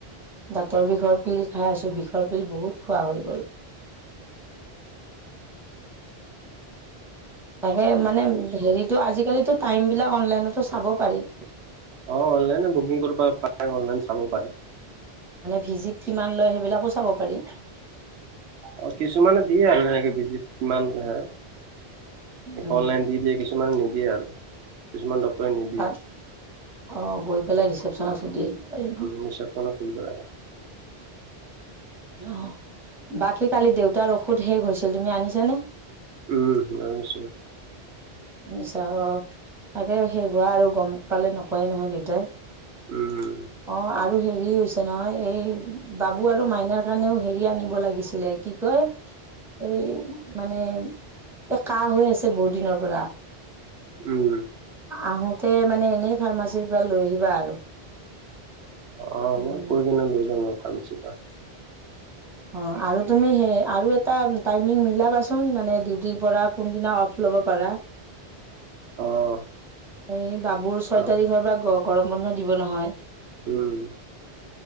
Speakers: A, in the centre; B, on the right.
A: দাঁতৰ বিষৰ পিল খাই আছো বিষৰ পিল বহুত খোৱা হৈ গ'ল। তাকে মানে হেৰিটো আজিকালিতো টাইমবিলাক অনলাইনতো চাব পাৰি।
B: অ', অনলাইনত বুকিং কৰবা পাৰে, অনলাইন চাব পাৰে।
A: ভিজিত কিমান লয় সেইবিলাকো। চাব পাৰি
B: অ', কিছুমানে দিয়ে আৰু এনেকে ভিজিত কিমান হয়।
A: উম
B: অনলাইন দি দিয়ে, কিছুমানে নিদিয়ে আৰু কিছুমান ডক্তৰ নিদিয়ে।
A: তাত অ', গৈ পেলাই ৰিচেপশচনত সুধি আহিব পাৰিম ন'।
B: ৰিচেপশ্যনত সুধিব লাগে।
A: অ', বাকী কালি দেউতাৰ ঔষধ শেষ হৈছিল, তুমি আনিছানে?
B: উম্, আনিছোঁ।
A: নিছা অ', তাকে শেষ হোৱা আৰু গম পালে নকয়েই নহয় দেউতাই।
B: উম
A: অ', আৰু হেৰি হৈছে নহয়, এই বাবু আৰু মাইনাৰ কাৰণেও হেৰি আনিব লাগিছিলে, কি কয়? এই মানে, এ' কাহ হৈ আছে বহুত দিনৰ পৰা৷
B: উম৷
A: আহোতে মানে এনেই ফাৰ্মাচীৰ পৰা লৈ আহিবা আৰু।
B: অ',
A: উম,
B: মই কৈ কিনে লৈ যাম বাৰু ফাৰ্মাচীৰ পৰা৷
A: অ', আৰু তুমি সেই আৰু এটা টাইমিং মিলাবাচোন মানে ডিউটিৰ পৰা কোনদিনা অফ ল'ব পাৰা৷
B: অ',
A: এই বাবুৰ ছয়
B: চাম
A: তাৰিখৰ পৰা গৰম বন্ধ দিব নহয়৷
B: উম৷